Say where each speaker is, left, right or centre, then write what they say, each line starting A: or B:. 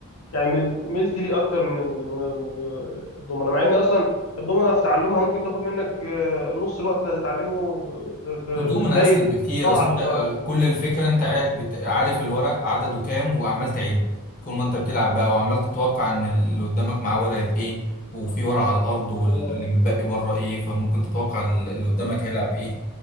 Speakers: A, on the left; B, on the left.
A: يعني مل- ملت ليه اكتر من ال... من ال- الضمنه مع ان اصلا الضمنه في تعلمها ممكن تاخد منك آه، نص الوقت اللي هتتعلمه في في,
B: والدوم
A: في بدايه
B: انا اسهل بكتير
A: طلعه
B: اصل
A: الشطرنج
B: انت آه، كل الفكره انت قاعد بت... عارف الورق عدده كام وعمال تعد طول ما انت بتلعب بقى وعمال تتوقع ان اللي قدامك معاه ورقه ايه وفي ورقه على الارض واللي
A: آه،
B: متبقي بره ايه فممكن تتوقع ال- اللي قدامك هيلعب ايه